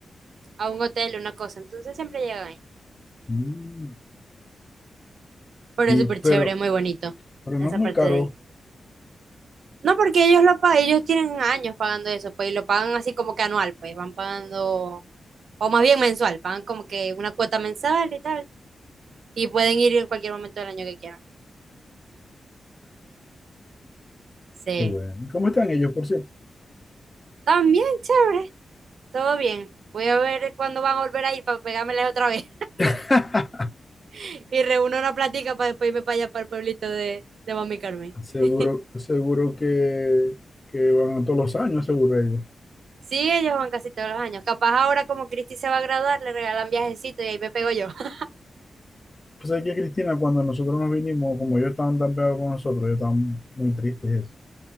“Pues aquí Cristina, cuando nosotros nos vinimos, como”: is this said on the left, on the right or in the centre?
Left